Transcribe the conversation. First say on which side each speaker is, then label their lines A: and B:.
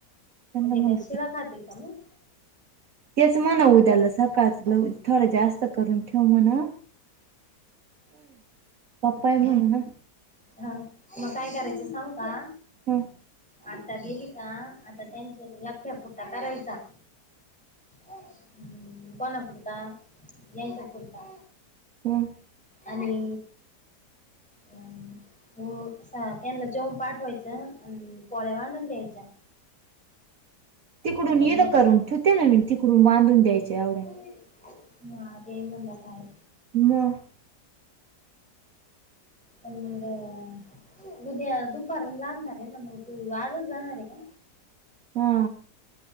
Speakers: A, on the right; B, in the centre.
A: त्यांना
B: ते
A: म्हणलं
B: काय सुळा खाते का मग?
A: तेच म्हणा उद्याला सकाळच ल थोडं जास्त करून ठेव म्हणाव. पप्पा हाय म्हनूना.
B: हा मग काय करायचं सांगू का?
A: हम् <unintelligible>
B: आता गेली का आता त्यांच्या यकट्या पुरता करायचा. हम् कोणा पुरता यांच्या पुरता.
A: हम्.
B: आणि अ हो कस त्यांना जेवून पाठवायचं आणि पोळ्या बांधून द्यायच्या.
A: तिकडून
B: नाही तर
A: ये
B: घे
A: न करून ठूते ना मी तिकडून बांधून द्यायच्या एवढ्या
B: हा ते म्हणला काय?
A: मग
B: अन मंग उद्या दुपारून लागणार आय ना मग तू आजच जाणार आए का?
A: हा.